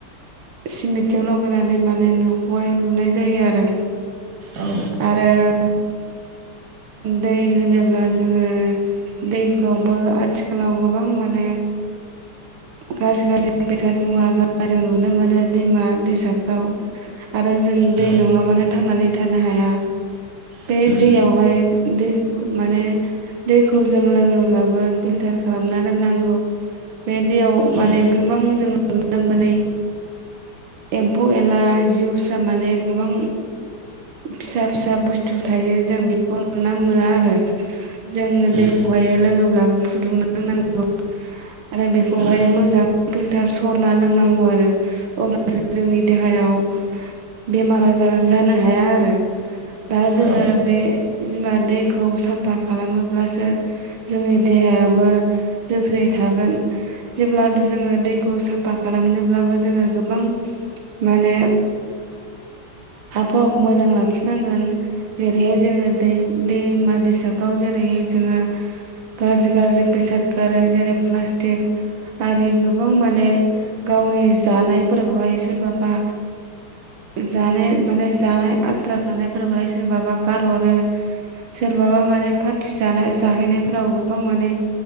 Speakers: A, on the right; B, on the right.
A: सिमेन्टजों लगायनानै माने न'खौहाय लुनाय जायो आरो
B: औ
A: आरो दै होनोब्ला जोङो दैफोरावबो आथिखालाव गोबां माने गाज्रि गाज्रि बेसाद मुवा गारनाय जों नुनो मोनो दैमा दैसाफ्राव आरो जों
B: औ
A: दै नङाबानो थांनानै थानो हाया
B: उम
A: बे दैयावहाय जों दैखौ माने दैखौ जों लोङोब्लाबो फिल्टार खालामना लोंनांगौ बे दैयाव
B: उम
A: माने गोबां जों नुनो मोनै एम्फौ एनला जिउसा माने गोबां फिसा फिसा बुस्थु थायो जों बेखौ नुना मोना आरो जोङो
B: उम
A: दैखौहाय लोङोब्लाबो फुदुंना लोंनांगौ आरो बेखौहाय
B: उम
A: मोजां फिल्टार सरना लोंनांगौ आरो अब्लासो जोंनि देहायाव बेमार आजार जानो हाया आरो दा जोङो
B: औ उम औ
A: बे जिमान दैखौ साफा खालामोब्लासो जोंनि देहायाबो जोथोनै थागोन जेब्ला जोङो दैखौ साफा खालामनोब्लाबो जोङो गोबां माने आबहावाखौ मोजां लाखिनांगोन जेरैहाय जोङो दै दैमा दैसाफ्राव जेरैहाय जोङो गाज्रि गाज्रि बेसाद गारो जेरै प्लास्टिक आरि गोबां माने गावनि जानायफोरखौहाय सोरबाबा जाने माने जानाय आद्रा थानायफोरखौहाय सोरबाबा गारहरो सोरबाबा माने पार्टि जानाय जाहैनायफोराव गोबां माने